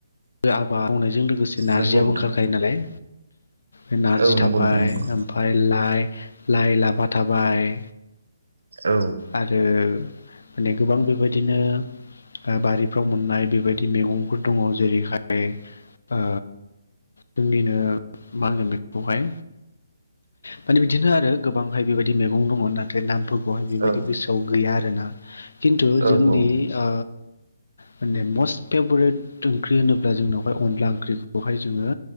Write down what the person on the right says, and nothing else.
नंगौ नोंथां
औ
नंगौ नोंथां नंगौ
औ
औ
औ औ